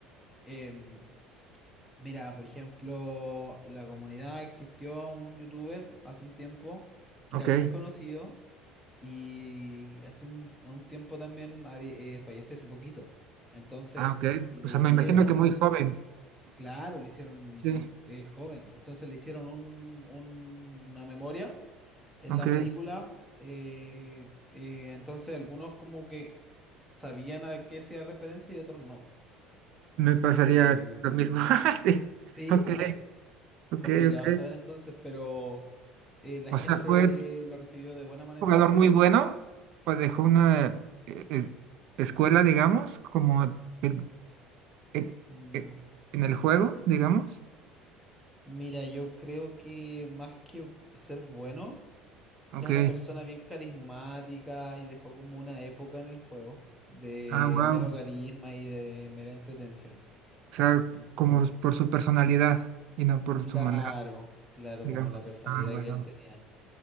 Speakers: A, in the centre; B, on the right (about 50°).
A: Em, mira, por ejemplo, en la comunidad existió un youtuber hace un tiempo que
B: Ok.
A: era bien conocido Y hace un, a un tiempo también había- eh, falleció hace poquito. Entonces
B: Ah, ok.
A: le
B: O sea,
A: hicieron,
B: me imagino que muy joven.
A: claro, le hicieron
B: Sí.
A: eh, joven. Entonces le hicieron un, un- una memoria en
B: Ok.
A: la película. eh, eh, entonces algunos como que sabían a qué hacía referencia y otros no.
B: Me pasaría
A: Eh,
B: lo mismo. <laughs> Sí.
A: sí,
B: Ok.
A: po,
B: Ok,
A: complicado
B: ok.
A: saber entonces, pero eh, la
B: O
A: gente
B: sea, ¿fue un
A: lo recibió de buena manera
B: jugador
A: eso.
B: muy bueno? ¿O dejó una eh, es- escuela, digamos, como... de, en,
A: Mm.
B: en- en el juego, digamos.
A: Mira, yo creo que más que ser bueno,
B: Ok.
A: era una persona bien carismática y dejó como una época en el juego de
B: Ah, wow.
A: mero carisma y de mera entretención.
B: O sea,
A: Eh,
B: como por su personalidad y no por
A: Claro,
B: su manera,
A: claro,
B: digamos.
A: como la personalidad
B: Ah, wow.
A: que él tenía.